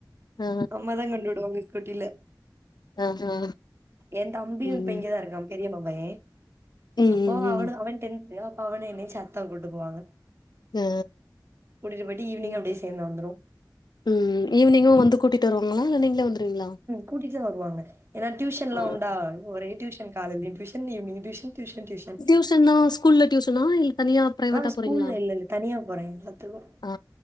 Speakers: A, on the left; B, on the right.
A: ஆ
B: அம்மா தா கொண்டு உடுவாங்க ஸ்கூட்டில
A: ஆ ஆ
B: என் தம்பியு
A: ம்
B: இப்ப இங்கதா இருக்கான் பெரியம்மா பைய
A: ம்
B: அப்போ
A: ம் ம்
B: அவனு அவன் டென்த்து அப்ப அவனையு என்னையு சேத்தா கூட்டு போவாங்க
A: ஆ
B: கூடிட்டு போய்ட்டு ஈவினிங்
A: ம்
B: அப்டியே சேர்ந்து வந்துரு
A: ம் ஈவினிங்கு வந்து கூட்டிட்டு வருவாங்ளா இல்ல நீங்ளே வந்துருவீங்ளா
B: கூட்டிட்டுதா வருவாங்க ஏன்னா டியூஷன்லா
A: ஆ
B: உண்டா ஒரே டியூஷன் காலைலியு டியூஷன் ஈவினிங்கு டியூஷன் டியூஷன், டியூஷன்.
A: டியூஷன்னா ஸ்கூல்ல டியூஷனா இல்ல தனியா பிரைவேட்டா
B: ஆ ஸ்கூல்ல
A: போறீங்களா
B: இல்ல இல்ல தனியா போற எல்லாத்துக்கு
A: ஆ